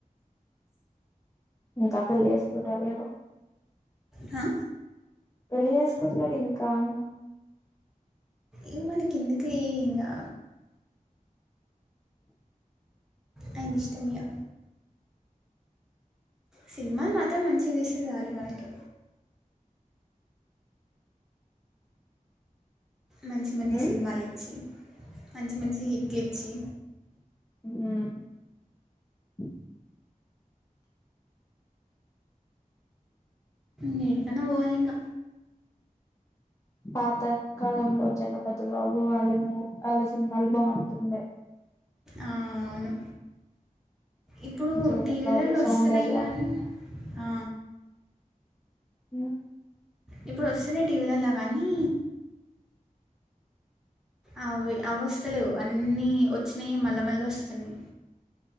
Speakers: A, on the left; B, in the centre.
A: ఇంకా రకుల్ చేసుకుంటాలేడు
B: హా
A: పెళ్ళి చేసుకుంట్లేడు ఇంకాన్నా
B: ఇ మనకి ఎందుకులే ఇంగా ఆయనిష్టం మీయ సినిమాలు మాత్రం మంచియి తీస్తే చాలు మనకి మంచి మంచి
A: ఉమ్
B: సినిమాలు ఇచ్చి మంచి మంచి హిట్లు ఇచ్చి
A: హ హ
B: దేనికన్నా పోవ లింగ
A: పాత కాలంలో జగపతి బాబు వాళ్ళ మూ వాళ్ళ సినిమాలు బాగుంటుండే
B: ఆ అవును ఇప్పుడు
A: జగపతి
B: టీవీలలో
A: బాబు సౌందర్య
B: వస్తున్నాయి కానీ ఆ
A: అ
B: ఇప్పుడు వస్తేనే టీవీలల్ల కానీ అవి అవి వస్తలేవు అన్నీ వచ్చినాయి మళ్ళా మళ్ళ వస్తున్నాయి